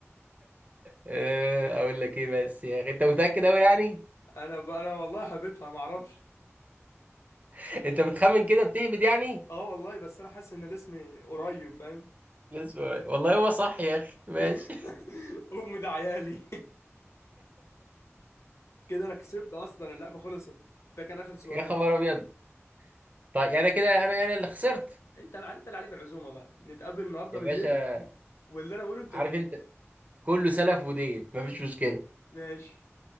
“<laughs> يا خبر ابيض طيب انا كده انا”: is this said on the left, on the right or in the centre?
Right